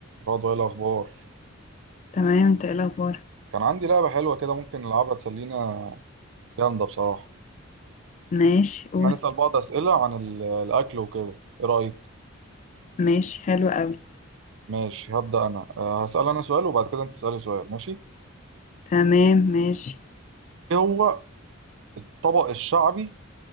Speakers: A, on the right; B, on the left.
A: برضه ايه الاخبار
B: تمام انت ايه الاخبار
A: كان عندي لعبه حلوه كده ممكن نلعبها تسلينا جامده بصراحه
B: ماشي قول
A: احنا نسال بعض اسئله عن ال- الاكل وكده ايه رايك
B: ماشي حلو قوي
A: ماشي هبدا انا أه هسال انا سؤال وبعد كده انت تسالي سؤال ماشي
B: تمام ماشي
A: ايه هو الطبق الشعبي